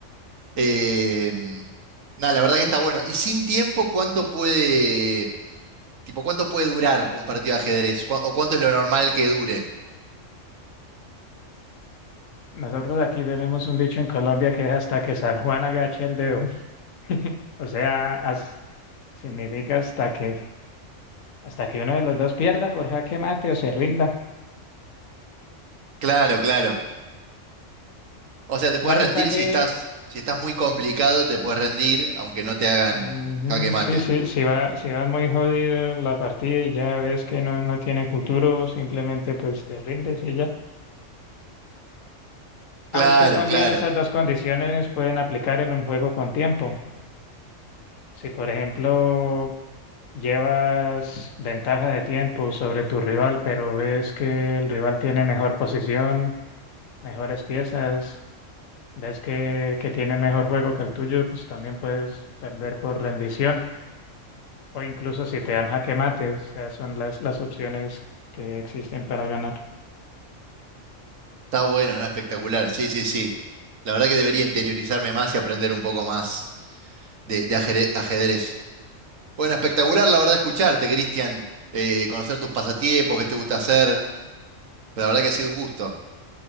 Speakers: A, on the right; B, on the left.
A: Eh, nada, la verdad que está bueno. Y sin tiempo, ¿cuánto puede, tipo, cuánto puede durar un partido de ajedrez? ¿Cu- ¿O cuánto es lo normal que dure?
B: Nosotros aquí tenemos un dicho en Colombia que es hasta que San Juan agache el dedo. <laughs> O sea, as- significa hasta que, hasta que uno de los dos pierda por jaque mate o se rinda.
A: Claro, claro. O sea, te puedes
B: Claro
A: rendir
B: está que
A: si estás, si estás muy complicado, te puedes rendir, aunque no te hagan
B: Ujú,
A: jaque mate.
B: Sí, sí, si va, si va muy jodida la partida y ya ves que no, no tiene futuro, simplemente pues te rindes y ya.
A: Claro,
B: Aunque también
A: claro.
B: esas dos condiciones pueden aplicar en un juego con tiempo. Si por ejemplo llevas ventaja de tiempo sobre tu rival, pero ves que el rival tiene mejor posición, mejores piezas, ves que, que tiene mejor juego que el tuyo, pues también puedes perder por rendición. O incluso si te dan jaque mate, o sea, son las, las opciones que existen para ganar.
A: Está bueno, ¿no? Espectacular. Sí, sí, sí. La verdad que debería interiorizarme más y aprender un poco más de, de ajere- ajedrez. Bueno, espectacular, la verdad, escucharte, Cristian. Eh, conocer tus pasatiempos, qué te gusta hacer. La verdad que ha sido un gusto.